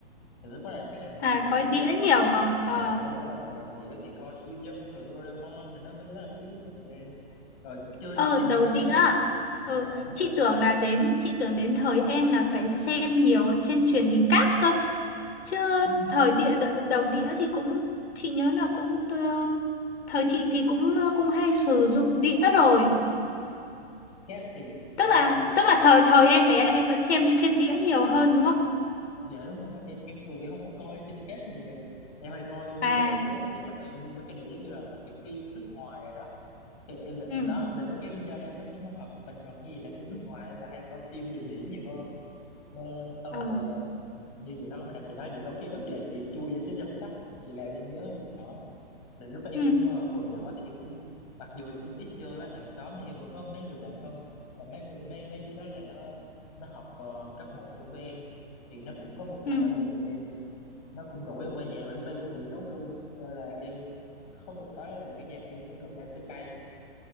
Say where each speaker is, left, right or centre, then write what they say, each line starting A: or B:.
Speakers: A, on the left (about 35°); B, on the left (about 75°).
A: thì lúc đó là khá là nổi
B: à
A: về đĩa
B: coi đĩa nhiều hả ờ
A: Dạ đúng rồi, đầu đĩa thì coi siêu nhân rồi Doraemon rồi đó mấy cái đó là ký ức của tụi em. Rồi chơi
B: ờ
A: em
B: đầu
A: vẫn nhớ.
B: đĩa à?
A: Dạ
B: ừ
A: đúng
B: chị
A: rồi.
B: tưởng là đến chị tưởng đến thời em là phải xem nhiều ở trên truyền hình cáp cơ chứ
A: Ừ,
B: thời địa đ- đầu đĩa thì cũng chị nhớ là cũng ờ, thời chị thì cũng ờ, cũng hay sử dụng đĩa rồi
A: Cáp thì
B: tức
A: do
B: là
A: hồi
B: tức là thời thời em bé là em vẫn xem trên đĩa nhiều hơn đúng không
A: dạ đúng rồi, em em thường em không có coi trên cáp nhiều. Em hay coi như
B: à
A: đĩa đĩa thì mình hay mua mấy cái đĩa giống như là mấy cái phim nước ngoài rồi đó. Thì em là
B: ừ
A: đó, để mấy cái do đa số những cái hoạt hình hoặc gì là của nước ngoài nên là hay coi phim như đĩa nhiều hơn. Ờ, xong
B: ờ
A: rồi ờ, như chị nói mà nãy chị nói chị có ký ức là chị chui vô cái dòng sách chị làm em nhớ hồi nhỏ là lúc đó em
B: ừ
A: cũng ờ, hồi nhỏ thì em cũng mặc dù em cũng ít chơi với hàng xóm nhưng em vẫn có mấy người bạn thân mà mấy người mấy mấy đứa đó là nó nó học ờ, cấp một chung với em thì nó cũng có một thằng
B: ừ
A: ở gần nhà em nó cũng rủ em qua nhà mà lúc ấy em cũng bị nhốt luôn Cho nên là em có một cái là cái nhà em nó gần ngay cái cây